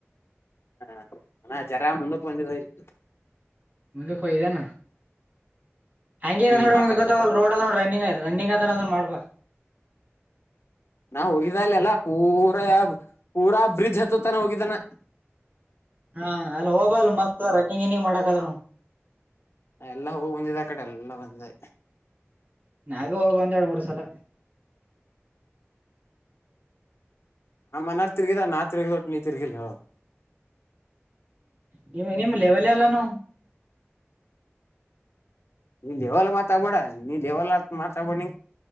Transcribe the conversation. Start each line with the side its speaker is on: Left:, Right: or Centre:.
Left: ಹಾ ಅಣ್ಣಣ ಜರ ಮುಂದಕ್ಕ ಬಂದಿದರ ಇಗ
Right: ಒಂದಕ ಹೊಯದಾನ ಹಂಗೆ ಏದ
Left: ನಿಂಗ್
Right: ನೋಡೆ
Left: ಮಾತಾಡ್ಕೊತ
Right: ಮುಂದಕತ ರೋಡ್ ನೋಡ ರನ್ನಿಂಗ್ ಅಂತ ಮಾಡ ಬಾ
Left: ನಾ ಹೋಗಿದಲ್ಲ ಅಲ್ಲಾ ಪೂರಾ ಪೂರಾ ಬ್ರಿಜ್ ಹತ್ತತನ ಹೋಗಿದಾನ
Right: ಹಾ ಅಲ್ಲಿ ಹೋಗಬಲ್ ಮತ್ತ ರನಿಂಗ್ ಗಿನಿಂಗ್ ಮಾಡಕಾದರೂ
Left: ಎಲ್ಲಾ ಹೋಗ ಬಂದಿದೆ ಆ ಕಡೆ ಎಲ್ಲ ಒಂದೇ
Right: ನಾಗೂ ಹೋಗಿ ಬಂದಾಳ ಮೂರು ಸಲ
Left: ನಮ್ಮ ಅಣ್ಣ ತಿರ್ಗಿದ ನಾ ತಿರುಗಿದ ಅಷ್ಟ ನೀ ತಿರಗಿಲ್ಲ
Right: ನಿ ನಿಮ್ಮ ಲೆವೆಲ್ ಅಲ್ಲ ನಾವು
Left: ನೀ ಲೇವಲ್ ಮಾತಾಬೇಡ ನೀ ಲೇವಲ್ ಮಾತಾಬೇಡ ನೀ